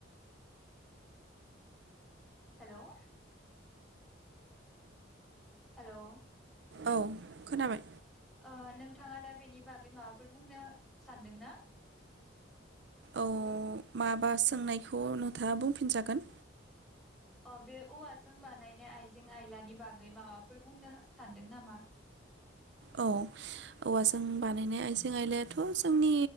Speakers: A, in the centre; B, on the right.
A: हेलौ हेलौ
B: औ खोनाबाय
A: ओ नोंथाङा दा बेनि बागै माबाफोर बुंनो सानदोंना?
B: औ माबा सोंनायखौ नोंथाङा बुंफिनजागोन।
A: अ बे औवाजों बानायनाय आइजें आयलानि बागै माबाफोर बुंनोहा सानदों नामा?
B: औ औवाजों बानायनाय आइजें आयलायाथ' जोंनि